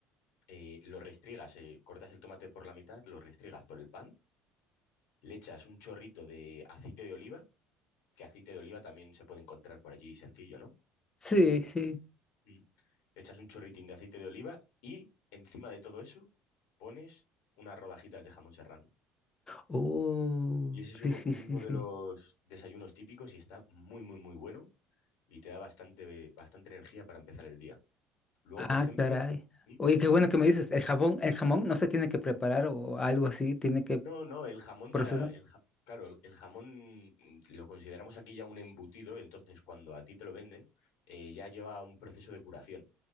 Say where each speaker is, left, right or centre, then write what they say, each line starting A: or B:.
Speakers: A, on the left; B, on the left.
A: eh, lo restriegas, eh, cortas el tomate por la mitad, lo restriegas por el pan, le echas un chorrito de aceite de oliva, que aceite de oliva también se puede encontrar por allí sencillo, ¿no?
B: Sí, sí.
A: Mm. Le echas un chorritín de aceite de oliva y encima de todo eso pones unas rodajitas de jamón serrano.
B: Oh,
A: Y ese es
B: sí,
A: uno,
B: sí,
A: uno
B: sí, sí.
A: de los desayunos típicos y está muy, muy, muy bueno y te da bastante, bastante energía para empezar el día. Luego,
B: Ah,
A: por ejemplo,
B: caray.
A: ¿Mm?
B: Oye, qué bueno que me dices, el jabón, el jamón no se tiene que preparar o algo así, tiene que
A: no, no, el jamón
B: procesar.
A: ya, el ja- claro, el, el jamón mm, lo consideramos aquí ya un embutido, entonces cuando a ti te lo venden, eh, ya lleva un proceso de curación.